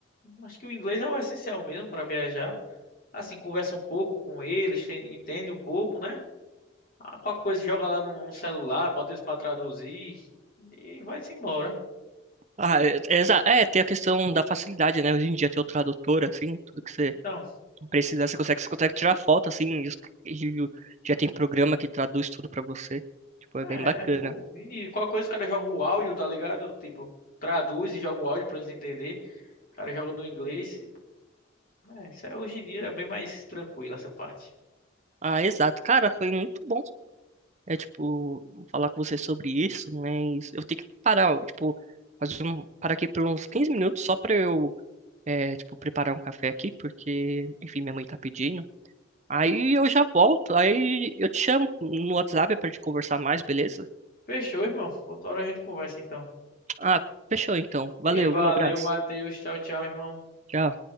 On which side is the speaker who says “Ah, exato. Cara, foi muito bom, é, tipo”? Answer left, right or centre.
Right